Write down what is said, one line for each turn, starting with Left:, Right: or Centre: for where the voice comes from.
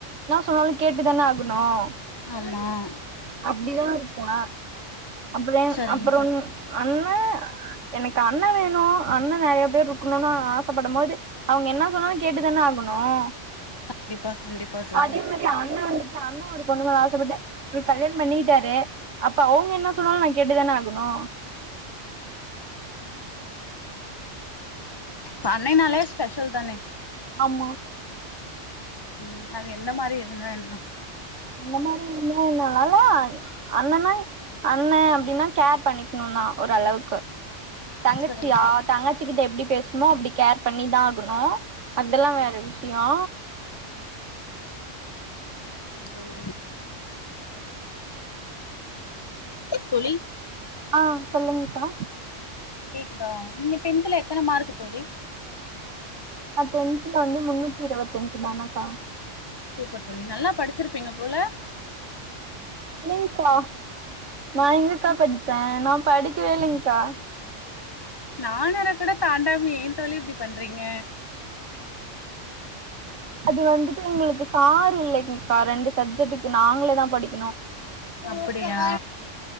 Right: சொன்னாலும் கேட்டுதான ஆகணும்
Left: ஆமாம்
Right: அப்படிதான் இருப்பா அப்பறம்
Left: சரிங்க
Right: அப்புறம்
Left: தோழி
Right: ஒன்னு அ எனக்கு அண்ணன் வேணும் அண்ணன் நெறைய பேர் இருக்கணும்னு ஆசைப்படும்போது அவங்க என்ன சொன்னாலும் கேட்டுதான ஆகணும்
Left: கண்டிப்பா கண்டிப்பா தோழி
Right: அதே மாதிரி அண்ணன் வந்துட்டு அண்ண ஒரு பொண்ணுமேல ஆசப்பட்டு அவுரு கல்யாணம் பண்ணிகிட்டாரு அப்ப அவுங்க என்ன என்ன சொன்னாலோ நான் கேட்டுதானே ஆகணோ
Left: பண்னைனாலே ஸ்பெஷல் தானே
Right: ஆமா
Left: உம் அது எந்த மாதிரி என்னா என்னா
Right: அந்த மாதிரி இருந்த இன்றனால அண்ணன்னா அண்ண அப்படின்னா கேர் பண்ணிக்கணும்ன்னா ஒரு அளவுக்கு தங்கச்சியா
Left: சரிங்க தோழி
Right: தங்கச்சி கிட்ட எப்படி பேசணுமோ அப்படி கேர் பண்ணிதா ஆகணோ அதெல்லாம் வேற விஷயோ
Left: சரிங்க தோழி தோழி
Right: ஆ சொல்லுங்கக்கா
Left: கேக்குது நீங்க டென்த்துல எத்தன மார்க் தோழி
Right: நா டென்துல வந்து முன்னூத்தி இருவத்தஞ்சு தானக்கா
Left: சூப்பர் தோழி நல்லா படிச்சிருப்பீங்க போல
Right: இல்லைங்கா நா எங்கக்கா படிச் த நா படிக்கவே இல்லீங்க் கா
Left: நானூற கூட தாண்டாம ஏ தோழி இப்டி பண்றீங்க
Right: அது வந்துட்டு எங்களுக்கு சார் இல்லைங்க்கா ரெண்டு சப்ஜெக்ட்டுக்கு நாங்களே தா படிக்
Left: அப்படியா